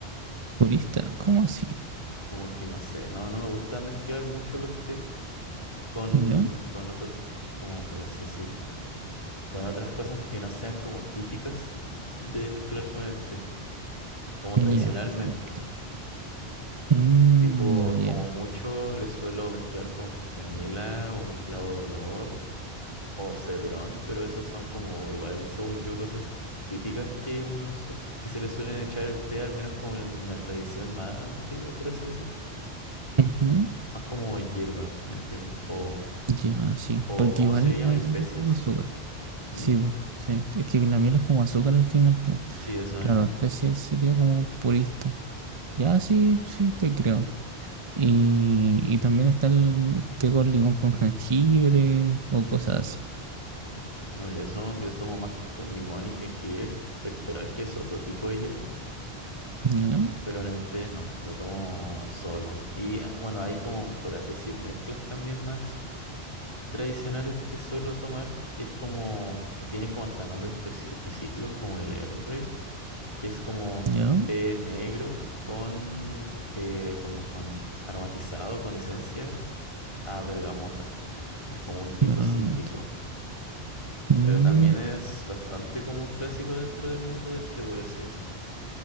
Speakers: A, on the right (about 30°); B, on the left (about 30°).
A: Turista, ¿cómo así?
B: Como que no sé, no, no me gusta mezclar mucho los tés. con,
A: ¿Ya?
B: con otros, como por así decir, con otras cosas que no sean como típicas de mezclar con el té, como
A: Ya,
B: tradicionalmente.
A: te capto. Mm,
B: Tipo,
A: ya, ya.
B: como mucho le suelo mezclar con canela o un clavo de olor o cedrón, pero esos son como igual, según yo, cosas típicas que uno su- que se le suelen echar al té, al menos como en la tradición más antigua, por así decir.
A: Ujú.
B: Más como hierba, ¿me entiendes? O,
A: Ya, sí.
B: o
A: Porque
B: ¿cómo
A: igual
B: se llama?
A: la miel
B: Especias.
A: es como azúcar.
B: ¿Mm?
A: Sí, po, sí. Es que la miel es como azúcar al final, po.
B: Sí, eso
A: Claro,
B: mismo.
A: especie sería como purista. Ya, sí, sí, te creo. Y, y también está el té con limón con jengibre o
B: Ujú.
A: cosas así.
B: No, yo tomo, yo tomo más co- limón y jengibre pectoral, que es otro tipo de hierba,
A: Ya,
B: pero en el té no, lo tomo solo. Y ah, bueno, hay como, por así decir, mezclas también más tradicionales que suelo tomar, que es como, tienen como hasta nombres preci- específicos, como el Earl Grey, que es como
A: ya.
B: té negro con, eh, como con aromatizado, con esencia a bergamota, que es como un tipo
A: Bergamota.
B: cítrico.
A: Mm,
B: Pero también es bastante como clásico dentro del mundo del té, por así decir.